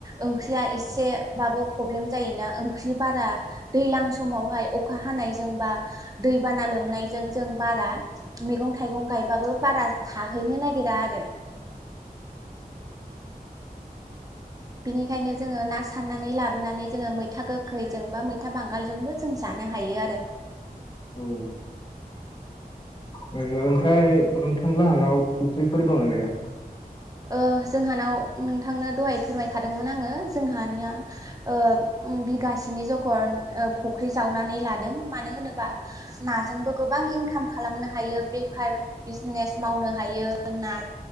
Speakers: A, on the right (about 20°); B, on the left (about 30°).
A: ओंख्रिया एसेबाबो प्रब्लेम जायोना ओंख्रि बारा दैलां समावहाय अखा हान नायजों बा दै बाना लोमनायजों जों बारा मेैगं थाइगं गायबो बारा थाहैनो नागेरा आरो बिनिखायनो जोङो ना सारनानै लाबोनानै जोङो मैथा गोखैजों बा मैथा बांगालजोंबो जों जा नो हायो आरो
B: औ नोङो ओमफ्राय नोंथां लाहानाव फुख्रिफोर दंना गैया?
A: ओ जोंहानाव नोंथांनो दहाय फोरमायखादोंमोन आङो जोंहानिया ओ बिगासेनि जख' ओ फख्रि जावनानै लादों मानो होनोबा नाजोंबो गोबां इंकाम खालामनो हायो बेफार बिजनेस मावनो हायो ना